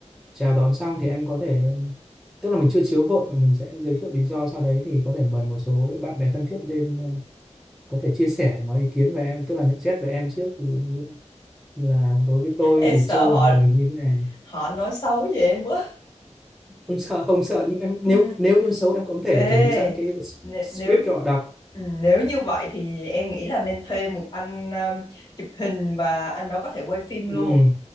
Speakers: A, in the centre; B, on the left.
A: chào đón xong thì em có thể tức là mình chưa chiếu vội mà mình sẽ giới thiệu lý do sau đấy thì có thể mời một số cái bạn bè thân thiết lên ờ, có thể chia sẻ nói ý kiến về em tức là nhận xét về em trước Ví dụ như là đối với tôi
B: em
A: thì
B: sợ
A: Châu
B: họ
A: là người như thế này
B: họ nói xấu về em quá.
A: không sợ không sợ nhưng em
B: Ừ.
A: nếu nếu như xấu em cũng có
B: Ê,
A: thể chuẩn bị sẵn cái
B: nè-
A: script
B: nếu
A: cho họ đọc
B: ừ, nếu như vậy thì em nghĩ là nên thuê một anh um, chụp hình và anh đó có thể quay phim
A: ừ,
B: luôn.